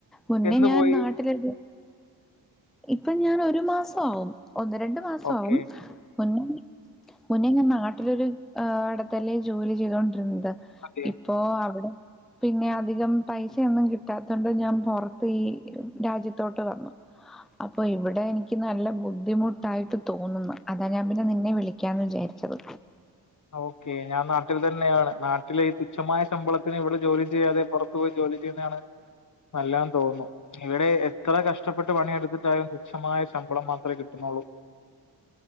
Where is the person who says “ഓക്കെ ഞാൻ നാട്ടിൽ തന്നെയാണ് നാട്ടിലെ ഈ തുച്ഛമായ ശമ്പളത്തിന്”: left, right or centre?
Left